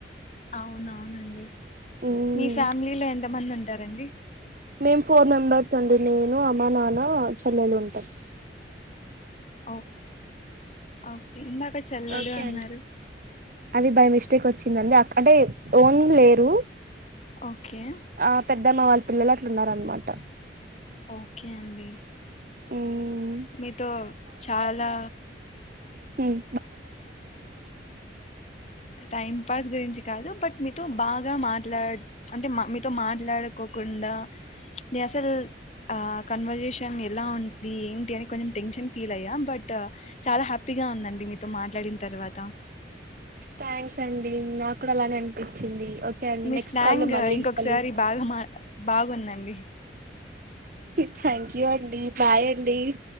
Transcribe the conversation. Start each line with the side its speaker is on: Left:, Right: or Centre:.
Left: అవును అవునండి
Right: ఉమ్
Left: మీ ఫ్యామిలీలో ఎంత మంది ఉంటారండి
Right: మేం ఫోర్ మెంబెర్స్ అండి నేను అమ్మ నాన్న చెల్లెలు ఉంటాము
Left: ఓకే ఓకే ఇందాక చెల్లెలు
Right: ఓకే
Left: అన్నారు
Right: అండి అది బై మిస్టేక్ వచ్చిందండి అ అంటే ఓన్ లేరు
Left: ఓకే
Right: ఆ పెద్దమ్మ వాళ్ళ పిల్లలు అ ఉన్నార అనమాట
Left: ఓకే అండి
Right: ఉమ్
Left: మీతో చాలా
Right: హ్మ్
Left: టైం పాస్ గురించి కాదు బట్ మీతో బాగా మాట్లా అంటే మా మీతో మాట్లాడుకోకుండా నేను అసలు ఆ కన్వర్జేషన్ ఎలా ఉంటి ఏంటి అని కొంచెం టెన్షన్ ఫీల్ అయ్యా బట్ చాలా హ్యాపీగా ఉందండి మీ తో మాట్లాడిన తర్వాత
Right: థ్యాంక్స్ అండి నా కూడా అలానే అనిపించింది ఓకే అండి
Left: మీ
Right: నెక్స్ట్
Left: స్లాంగ్
Right: కాల్లో మళ్ళీ
Left: ఇంకొకసారి
Right: కలుస్
Left: బాగా మా బాగుందండి
Right: థ్యాంక్ యూ అండి బాయ్ అండి